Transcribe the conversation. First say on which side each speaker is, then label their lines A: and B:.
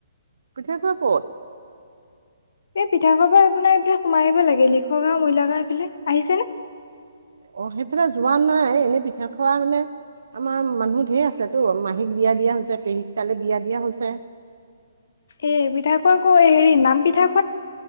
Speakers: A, on the right; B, on the left.
A: পিঠা খোৱা ক'ত?
B: এই পিঠা খোৱা পা আপোনাৰ এইফালে সোমাই আহিব লাগে লিখৰ গাওঁ ম‌ইলা গাওঁ এইফালে, আহিছে নে?
A: অ সেইফালে যোৱা নাই এনেই পিঠা খোৱা মানে - আমাৰ মানুহ ঢেৰ আছে তো মাহীক বিয়া দিয়া হৈছে পেহক তালে বিয়া দিয়া হৈছে।
B: এ পিঠা খোৱা ক, হেৰি নাম পিঠা-